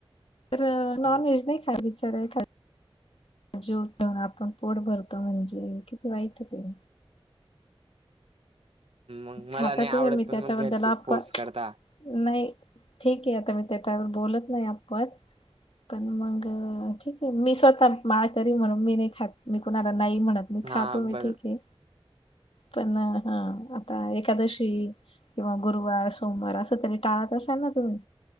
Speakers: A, on the left (about 75°); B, on the right (about 80°).
A: तर नॉनव्हेज
B: हम्म,
A: नाही खावी. <unintelligible> आपण पोट भरतो म्हणजे किती वाईट आहे ते.
B: मग मला
A: खाता
B: नाही आवडत
A: तुम्ही. मी
B: पण
A: त्याच्याबद्दल
B: मग घरचे
A: आप-
B: फोर्स
A: नाही.
B: करता.
A: ठीक आहे आता मी त्याच्यावर बोलत नाही आपवाद. पण मग? ठीक आहे मी स्वतः माळकरी म्हणून मी नाही खात. मी कुणाला नाही म्हणत- मी
B: हां,
A: खातो हे
B: बरं
A: ठीक आहे. पण हा. आता एकादशी किंवा गुरुवार, सोमवार असं तरी टाळत असाल ना तुम्ही?